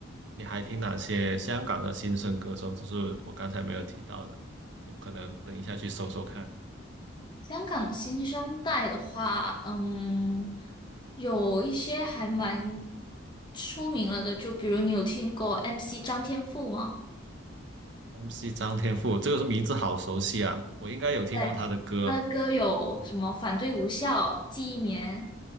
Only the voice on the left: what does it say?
香港新生代的话，嗯，有一些还蛮出名了的，就比如你有听过 MC 张天赋吗？
对，他的歌有什么《反对无效》《记忆棉》